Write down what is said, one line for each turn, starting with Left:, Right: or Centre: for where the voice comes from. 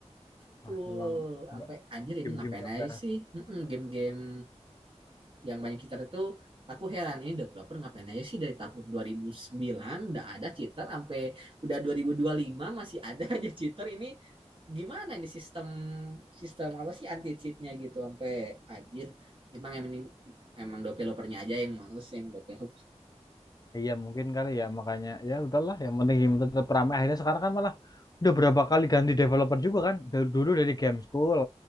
Right: Betul,
Left: Wah, itu emang
Right: sampai anjir ini
Left: Game-game
Right: ngapain
Left: gak
Right: aja
Left: beres.
Right: sih? Mm-mm, Game-game yang banyak cheater itu aku heran ini developer ngapain aja sih dari tahun 2009 udah ada cheater sampai udah 2025 masih ada <laughs> aja cheater ini gimana ini sistem sistem apa sih anti cheatnya gitu sampai anjir emang emang emang developernya aja yang males yang developer.
Left: Iya mungkin kali ya makanya ya udahlah yang penting game tetap ramai. Akhirnya sekarang kan malah udah berapa kali ganti developer juga kan. Dari dulu dari Game School,